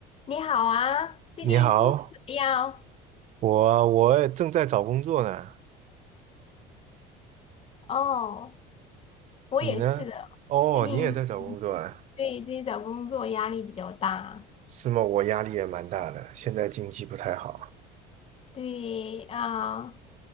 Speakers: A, on the left; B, on the right.
A: 你好啊，最近工作怎么样？
B: 你好，我我正在找工作呢，
A: 哦，我也是的，
B: 你呢？哦，
A: 最近嗯
B: 你也在找工作啊？
A: 对最近找工作压力比较大，
B: 是吗？我压力也蛮大的，现在经济不太好，
A: 对啊，